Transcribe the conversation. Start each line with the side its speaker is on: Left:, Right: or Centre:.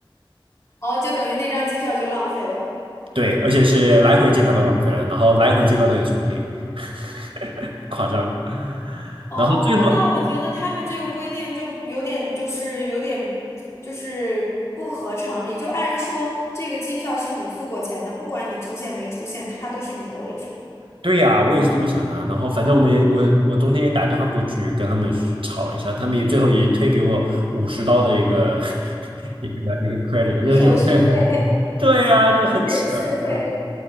Left: 哦，就等于那张机票就浪费了。
Right: 对，而且是来回机票都浪费了，然后来回机票都得重订，<laughs> 夸张。
Left: 哦，
Right: 然后最后，
Left: 那我觉得他们这个规定就有点就是有点就是不合常理。就按说这个机票是你付过钱的，不管你出现没出现，它都是你的位置。
Right: 对呀、我也是这么想的啊然后反正我们也我我中间也打电话过去跟他们吵了一下，
Left: 嗯，
Right: 他们也最后也退给我五十刀的一个 <laughs> 一个一个 credit，我说有
Left: 手续费，
Right: <laughs>
Left: <laughs>
Right: 对呀、就很扯。
Left: 税税费。
Right: 嗯